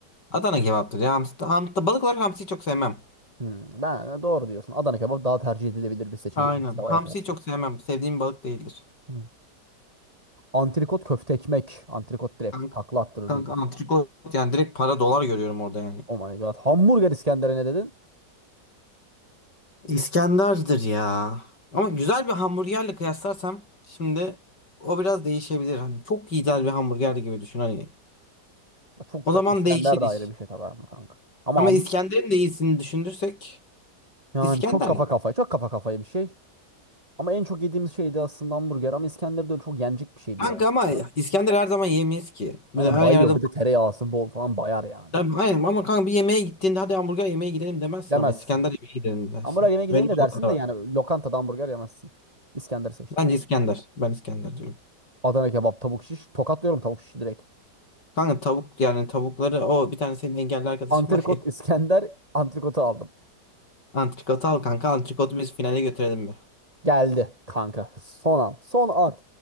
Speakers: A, on the left; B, on the right.
A: Adana kebaptır ya. Hamsi, hamsi, balık olarak hamsiyi çok sevmem.
B: Hmm, ben e, doğru diyorsun. Adana kebap daha tercih edilebilir bir seçenek
A: Aynen.
B: tavaya
A: Hamsiyi
B: karşı.
A: çok sevmem. Sevdiğim balık değildir.
B: Hmm. Antrikot köfte ekmek. Antrikot direkt
A: Kanka,
B: takla attırır
A: kanka
B: değil. mi?
A: antrikot yani direkt para dolar görüyorum orada yani.
B: Oh my god. Hamburger İskender'e ne dedin?
A: İskender'dir ya. Ama güzel bir hamburgerle kıyaslarsam şimdi o biraz değişebilir. Hani çok güzel bir hamburger gibi düşün hani.
B: Çok
A: O
B: güzel
A: zaman
B: bir İskender
A: değişir
B: de
A: iş.
B: ayrı bir şey tabii ama kanka. Ama
A: Ama
B: ham-
A: İskender'in de iyisini düşünürsek
B: yani
A: İskender.
B: çok kafa
A: ya.
B: kafaya, çok kafa kafaya bir şey. Ama en çok yediğimiz şeydi aslında hamburger ama İskender de öyle çok yenecek bir şey değil
A: Kanka ama
B: ama.
A: İskender her zaman yemeyiz ki. Bir
B: Aynen
A: de her
B: bayıyor
A: yerde
B: bir de tereyağısı bol falan bayar yani.
A: Tabii, aynen ama kanka bir yemeğe gittiğinde hadi hamburger yemeye gidelim demezsin
B: Demezsin.
A: ama İskender yemeğe gidelim dersin.
B: Hamburger yemeye gidelim
A: Öyle bir
B: de dersin
A: olay da var.
B: de yani lokantada hamburger yemezsin. İskender seçtim.
A: Bence İskender. Ben İskender diyorum.
B: Adana kebap, tavuk şiş. Tokatlıyorum tavuk şişi direkt.
A: Kanka tavuk yani tavukları o bir tane senin engelli arkadaşın
B: Antrikot
A: var ya.
B: İskender antrikotu aldım.
A: <laughs> Antrikotu al kanka antrikotu biz finale götürelim bir.
B: Geldi kanka. Son an. Son an.